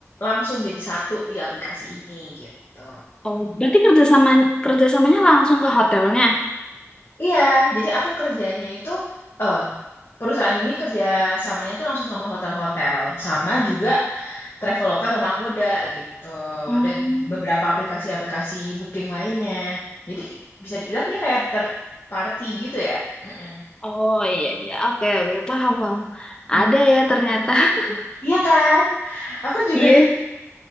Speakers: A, on the left; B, on the left.
A: langsung jadi satu di aplikasi ini gitu.
B: oh, berarti kerjasama kerjasamanya langsung ke hotelnya?
A: Iya, jadi aku kerjanya itu eh perusahaan ini kerja samanya itu langsung sama hotel-hotel, sama juga Traveloka sama Agoda gitu.
B: Hmm.
A: Dan beberapa aplikasi-aplikasi booking lainnya. Jadi bisa dibilang dia kayak third party gitu ya. Mm-mm.
B: Oh iya iya, oke oke paham paham.
A: Hmm.
B: Ada ya ternyata. <laughs>
A: Iya kan? Aku juga
B: Iya.